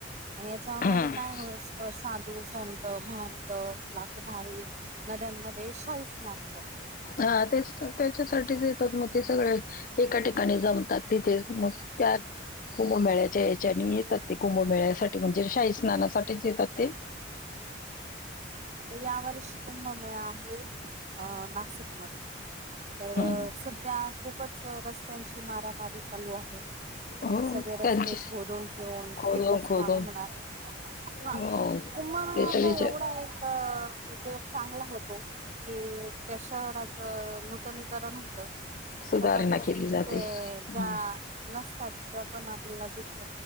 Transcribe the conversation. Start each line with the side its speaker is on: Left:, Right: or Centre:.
Right: याच्या
Left: हम्म.
Right: मधे काये ह स साग दु सहत म्हनत ला भावी नध्यान मधे शाही खू हवी नद् मॅम खर तर
Left: हा तेच त्याच्यासाठीच येतात मग ते सगळे एका ठिकाणी जमतात तिथेच मग त्यात कुंभमेळ्याच्या याच्यानी येतात ते कुंभमेळ्यासाठी म्हणज े शाही स्नानासाठीच
Right: बर
Left: येतात ते
Right: आता या वर्षी कुंभमेळा आहे अ नासिक मधे तर
Left: हम्म.
Right: सध्या खूपच रस्त्यांची मारामारी मी चालू आहे लू
Left: हो
Right: म्हणजे सगळे रस्ते
Left: त्यांची
Right: गोदून ठेवून
Left: खोदून
Right: विकस
Left: खोदून
Right: काम होणार हा
Left: हो
Right: कुंभमेळ
Left: त्याचा
Right: एवढा
Left: विचार
Right: एक क उपयोग चांगला होतो कि त्या शहराचं नूतनीकरण त
Left: सुधारणा
Right: सगळ्या गोष्टी
Left: केली जाते
Right: तिथे
Left: हम्म.
Right: ज्या नसतात त्या पण आपल्याला तिथ